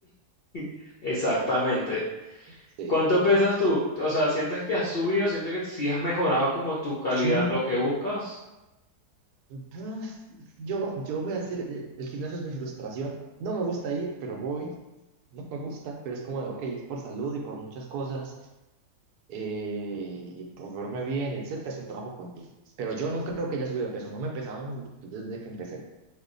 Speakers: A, on the left; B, on the right.
A: <laughs> Exactamente.
B: Sí.
A: ¿Cuánto pesas tú? O sea, ¿sientes que has subido? ¿Sientes que sí has mejorado como tu calidad,
B: Yo.
A: lo que buscas?
B: Pues, Yo, yo voy a hacer, eh, el gimnasio es mi frustración. No me gusta ir, pero voy. No me gusta, pero es como de, ok, es por salud y por muchas cosas, eh, y por verme bien y etcétera. Es un trabajo con tiempo. Pero yo no creo que haya subido de peso. No me he pesado ni- desde que empecé.